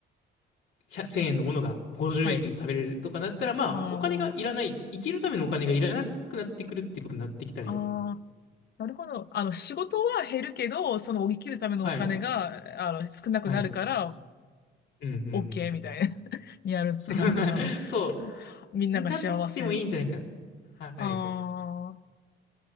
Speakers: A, on the left (about 70°); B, on the left (about 55°).
A: 100 0円のものが50円で食べれるとかなったら、
B: はい。
A: まあ、
B: あ
A: お金がいらない、生きるためのお金がいらなくなってくるってことになってきたり、
B: あ、ああ、なるほど。あの、仕事は減るけど、その、生きるためのお金が、
A: はい、
B: あの、少なくなるから、
A: はい、うんうんうん。
B: OK みたいな <laughs> にやるって感じなの。
A: <laughs> そう、<laughs> そ
B: みんなが幸せ。
A: うになってもいいんじゃないか。はい、
B: ああ、